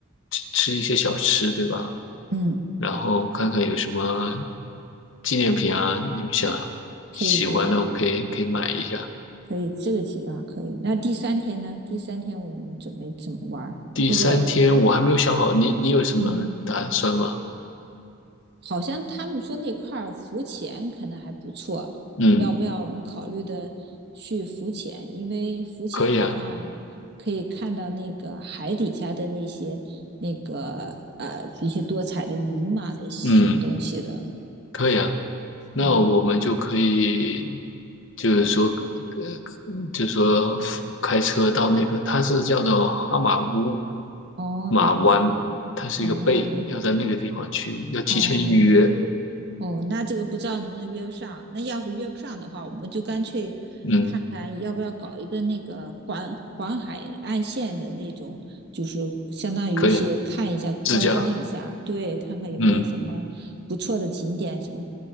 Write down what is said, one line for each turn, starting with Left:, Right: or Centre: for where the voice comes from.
Left: 吃吃一些小吃，对吧？
Right: 嗯，
Left: 然后看看有什么纪念品啊，你们想喜欢的，
Right: 可以可以
Left: 我们可以可以买一下。
Right: 可以，这个计划可以。那第三天呢？第三天我们准备怎么玩儿？
Left: 第三天我还没有想好，
Right: 那个，
Left: 你你有什么打算吗？
Right: 嗯。好像他们说那块浮潜可能还不错，
Left: 嗯，
Right: 要不要我们考虑的去浮潜？因为浮潜的话，
Left: 可以啊，
Right: 可以看到那个海底下的那些那个呃一些多彩的鱼嘛，那些什么东西的。
Left: 嗯，可以啊。那我们就可以，
Right: 哦
Left: 就是说，呃，就是说开车到那个，它是叫做哈马乌
Right: 哦，
Left: 马湾，
Right: 有个浮
Left: 它是一个贝，
Right: 哦
Left: 要在那个地方去，要提前预约。
Right: 哦哦，那这个不知道能不能约上。那要是约不上的话，我们就干脆看看要不要搞一个那个环环海岸线的那种，
Left: 嗯，
Right: 就是相当于是看一下观光一下，
Left: 可以啊，自驾。
Right: 对，看看有没有什么不错的景点，
Left: 嗯
Right: 什么